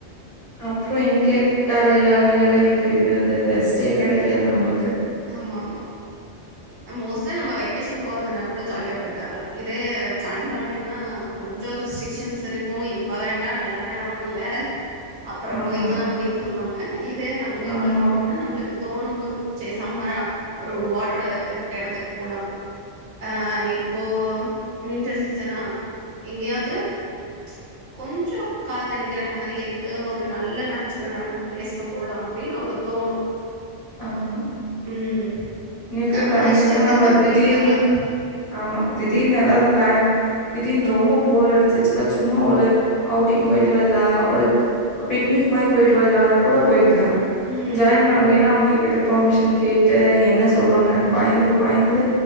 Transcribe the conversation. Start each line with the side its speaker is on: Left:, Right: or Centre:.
Left: அப்ரோ எங்க காலையில வலியோட எந்திரிக் ரெஸ்டே கெடைக்காது நம்மளுக்கு
Right: ஆமா ஆமா மோஸ்ட்டா நம்ம வெக்கேஷன் போறதுனா கூட ஜாலியா போயிட்டு வரலா இதே ஜாயிண்ட் ஃபேமிலினா கொஞ்சோ ரெஸ்ட்ரிக்ஷன்ஸ் இருக்கூ இப்ப வேண்டா நல்ல நேரோ இல்ல அப்புறம்
Left: ஆமா,
Right: போய்க்கலா அப்டின் சொல்லுவாங்க இதே நம்ம நியூக்ளியர்
Left: ஆமா,
Right: ஃபேம்லினா நம்மளுக்கு தோணும் போது சேர் சம்மரா ஒரு வாட்ரு இருக்க எடத்துக் போலா ஆ இப்போ வின்டர் சீசனா எங்கேயாவது ம்ச் கொஞ்சோ காத்தடிக்கிற மாரி இருக்கு ஒரு நல்ல நேச்சுரலான பிளேஸ்க்கு போலா அப்டின்னு ஒரு தோணு
Left: ஆம்மா
Right: ம்
Left: நியூக்ல
Right: நம்ம
Left: ஃபேமிலினா
Right: ஆமா இஷ்டத்துக்கு
Left: நம்ம திடீற்ன்னு
Right: போயிட்டு வரலா
Left: ஆமா திடீர்னு ஏதாவது பிளான்னு திடீர்னு ரொம்ப போர் அடிச்சச்சுப்ப சும்மா ஒரு அவுட்டிங் போயிட்டு வரலா ஒரு பிகனிக் மாரி போயிட்டு வரலாம்னா கூட போயிக்கலா
Right: ம்
Left: ஜாயின்ட் ஃபேமிலின்னா அவங் அத்தகிட்ட பர்மிஷன் கேட்டு என்ன சொல்வாங்கன் பய்ந்து பய்ந்து